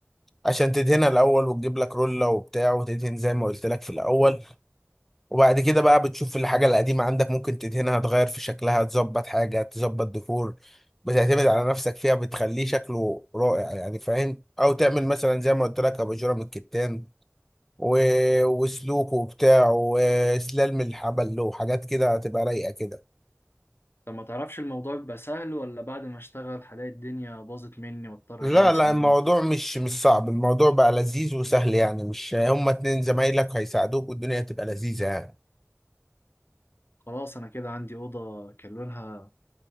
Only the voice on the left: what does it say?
طب ما تعرفش الموضوع بيبقى سهل ولا بعد ما اشتغل هلاقي الدنيا باظت مني واضطر
اكلم
صنايعي
خلاص انا كده عندي اوضه كان لونها